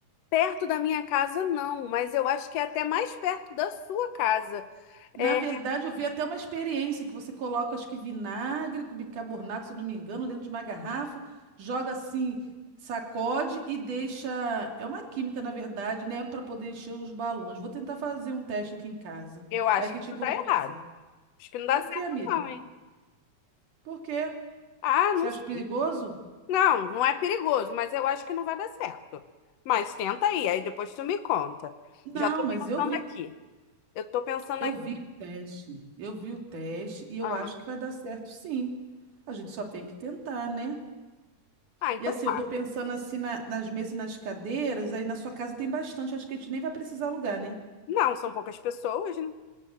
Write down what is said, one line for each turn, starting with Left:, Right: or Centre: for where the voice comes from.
Left: Perto da minha casa, não, mas eu acho que é até mais perto da sua casa.
Right: Na
Left: É,
Right: verdade, eu vi até uma experiência que você coloca, acho que vinagre com bicarbonato, se eu não me engano, dentro de uma garrafa, joga assim, sacode e deixa. É uma química, na verdade, né? Para poder encher os balões. Vou tentar fazer um teste aqui em casa.
Left: eu acho
Right: Vai que
Left: que isso
Right: te economiza.
Left: dá errado. Acho que não dá
Right: Por
Left: certo,
Right: quê, amiga?
Left: não, hein?
Right: Por quê?
Left: Ah,
Right: Você
Left: não
Right: acha
Left: sei.
Right: perigoso?
Left: Não, não é perigoso, mas eu acho que não vai dar certo. Mas tenta aí, aí depois tu me conta. Já
Right: Não,
Left: tô
Right: mas
Left: pensando
Right: eu vi,
Left: aqui. Eu tô pensando
Right: eu
Left: aqui.
Right: vi o teste. Eu vi o teste e eu
Left: Ah,
Right: acho que vai dar certo, sim. A gente só tem que tentar, né?
Left: ah, então
Right: E assim,
Left: tá.
Right: eu tô pensando assim na- nas mesas e nas cadeiras, aí na sua casa tem bastante, acho que a gente nem vai precisar alugar, né?
Left: Não, são poucas pessoas, né?